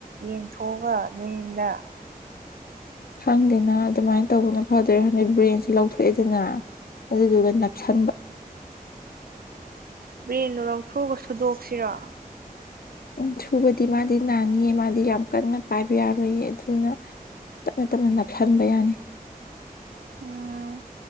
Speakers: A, on the right; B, on the left.
A: ꯌꯦꯟꯊꯣꯛꯑꯒ ꯅꯟꯗ
B: ꯈꯪꯗꯦꯅ ꯑꯗꯨꯃꯥꯏꯅ ꯇꯧꯕꯅ ꯐꯗꯔꯦ ꯍꯟꯗꯛ ꯕ꯭ꯔꯦꯟꯁꯦ ꯂꯧꯊꯣꯛꯑꯦꯗꯅ ꯑꯗꯨꯗꯨꯒ ꯅꯞꯁꯤꯟꯕ
A: ꯕ꯭ꯔꯦꯟꯗꯣ ꯂꯧꯊꯣꯛꯑꯒ ꯁꯨꯗꯣꯛꯁꯤꯔꯣ
B: ꯎ ꯁꯨꯕꯗꯤ ꯃꯥꯗꯤ ꯅꯥꯅꯤꯌꯦ ꯃꯥꯗꯤ ꯌꯥꯝ ꯀꯟꯅ ꯄꯥꯏꯕ ꯌꯥꯔꯣꯏꯌꯦ ꯑꯗꯨꯅ ꯇꯞꯅ ꯇꯞꯅ ꯅꯞꯊꯍꯟꯕ ꯌꯥꯅꯤ
A: ꯎꯝ